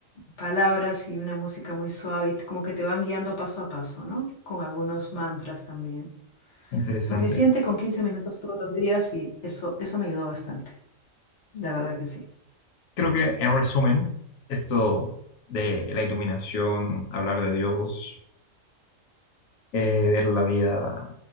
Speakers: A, on the left; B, on the left.
A: palabras y una música muy suave, y t- como que te van guiando paso a paso, ¿no? Con algunos mantras también.
B: Qué Interesante.
A: Suficiente con 15 minutos todos los días y eso, eso me ayudó bastante, la verdad que sí.
B: Creo que en resumen, esto de la iluminación, hablar de Dios eh, ver la vida